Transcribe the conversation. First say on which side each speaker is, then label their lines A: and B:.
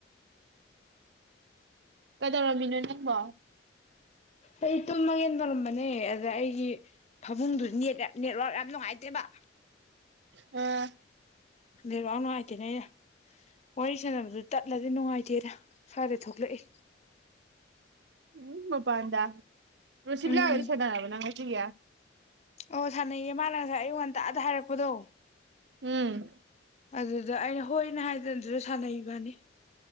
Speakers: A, on the right; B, on the left.
A: ꯀꯩꯗꯧꯔꯝꯃꯤꯅꯣ ꯅꯪꯕꯣ
B: ꯑꯩ ꯇꯨꯝꯃꯒꯦꯟ ꯇꯧꯔꯝꯕꯅꯦ ꯑꯗ ꯑꯩꯒꯤ ꯐꯃꯨꯡꯗꯨꯗꯤ ꯅꯠ ꯅꯦꯠꯋꯥꯔꯛ ꯌꯥꯝ ꯅꯨꯡꯉꯥꯏꯇ꯭ꯔꯦꯕ
A: ꯑꯝ
B: ꯦꯔꯋꯥ ꯅꯨꯡꯉꯥꯏꯇꯦꯅꯦ ꯑꯩꯅ ꯋꯥꯔꯤ ꯁꯥꯟꯅꯕꯗꯨ ꯇꯠꯂꯗꯤ ꯅꯨꯡꯉꯥꯏꯇꯦꯅ ꯁ꯭ꯋꯥꯏꯗ ꯊꯣꯛꯂꯛꯏ
A: ꯎꯝ ꯃꯄꯥꯟꯗ ꯔꯨꯔꯁꯤꯕꯤꯂꯥ
B: ꯎꯝ
A: ꯑꯣꯏ ꯁꯗꯅꯕ ꯌꯥ
B: ꯑꯣ ꯁꯥꯟꯅꯩꯌꯦ ꯃꯥꯅ ꯉꯁꯥꯏ ꯑꯩꯉ ꯉꯟꯇꯥꯗ ꯍꯥꯏꯔꯛꯄꯗꯣ
A: ꯎꯝ
B: ꯑꯗꯨꯗ ꯑꯩꯅ ꯍꯣꯏꯅꯦ ꯍꯥꯏꯗꯅꯁꯨ ꯁꯥꯟꯅꯩꯕꯅꯤ